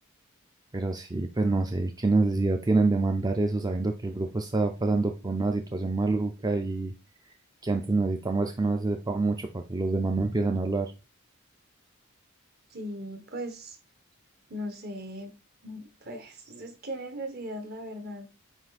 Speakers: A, on the right (about 20°); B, on the right (about 50°).
A: pero sí, pues no sé qué necesidad tienen de mandar eso sabiendo que el grupo está pasando por una situación maluca y que antes necesitamos que no se sepa mucho para que los demás no empiecen a hablar.
B: Sí, pues, no sé. mm, Pues, es que necesidad, la verdad.